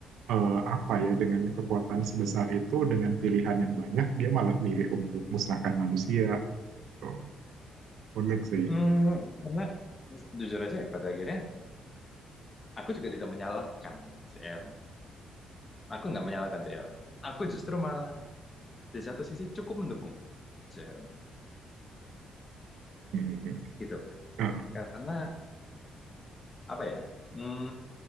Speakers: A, on the right (about 75°); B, on the left (about 25°).
A: eh, apa ya dengan kekuatan sebesar itu dengan pilihan yang banyak dia malah milih untuk musnahkan manusia Oh, unik sih.
B: Hmm, karena jujur aja ya pada akhirnya aku juga tidak menyalahkan si Aaron. Aku nggak menyalahkan si Aaron. Aku justru malah di satu sisi cukup mendukung si Aaron
A: Hmm. Nah, hmm,
B: gitu.
A: Ah,
B: Karena apa ya? Hmm,